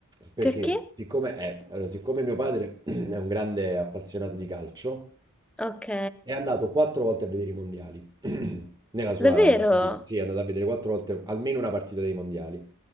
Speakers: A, on the right; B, in the centre.
A: Perché
B: Perché?
A: siccome, eh, allora, siccome mio padre <clears throat> è un grande appassionato di calcio,
B: Ok.
A: È andato quattro volte a vedere i mondiali <clears throat> nella sua,
B: Davvero?
A: nella sua vita. Sì, è andato a vedere quattro volte almeno una partita dei mondiali.